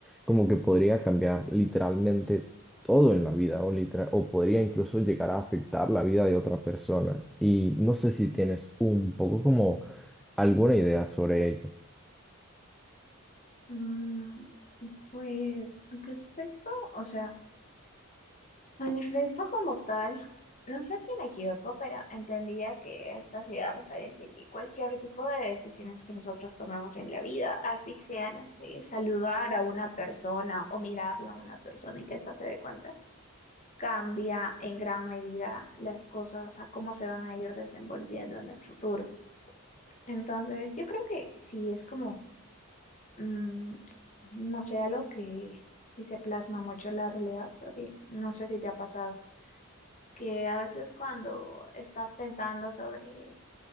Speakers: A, in the centre; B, on the left.
A: como que podría cambiar literalmente todo en la vida o, litera- o podría incluso llegar a afectar la vida de otra persona. Y no sé si tienes un poco como alguna idea sobre ello.
B: Mm, pues respecto, o sea, en efecto como tal, no sé si me equivoco, pero entendía que esta hacía referencia a que cualquier tipo de decisiones que nosotros tomemos en la vida, así sea, no sé, saludar a una persona o mirarla a una persona y que ésta se dé cuenta, cambia en gran medida las cosas a cómo se van a ir desenvolviendo en el futuro. Entonces, yo creo que sí es como mm, no sé, algo que sí se plasma mucho en la realidad, porque no sé si te ha pasado, que a veces cuando estás pensando sobre